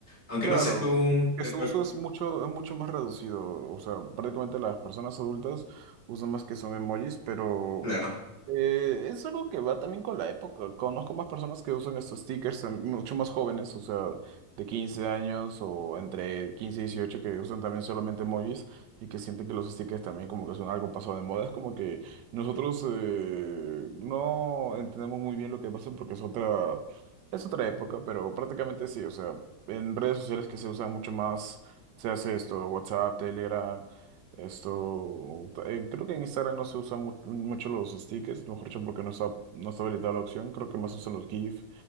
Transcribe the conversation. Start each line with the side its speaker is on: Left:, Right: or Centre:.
Left: Aunque
Right: Claro,
Left: no sé tú,
Right: que
Left: qué-
Right: su
Left: cuál-
Right: uso es mucho, es mucho más reducido. O sea, prácticamente las personas adultas usan más que son emojis, pero
Left: claro,
Right: eh, es algo que va también con la época. Conozco más personas que usan estos stickers, eh, mucho más jóvenes, o sea, de 15 años o entre 15 y 18 que usan también solamente emojis y que sienten que los stickers también como que son algo pasado de moda. Es como que nosotros eh, no entendemos muy bien lo que pasa porque es otra... Es otra época, pero prácticamente sí, o sea, en redes sociales que se usan mucho más, se hace esto, WhatsApp, Telegram, esto, eh, creo que en Instagram no se usan mu- mucho los stickers, mejor dicho, porque no está, no está habilitada la opción, creo que más usan los GIF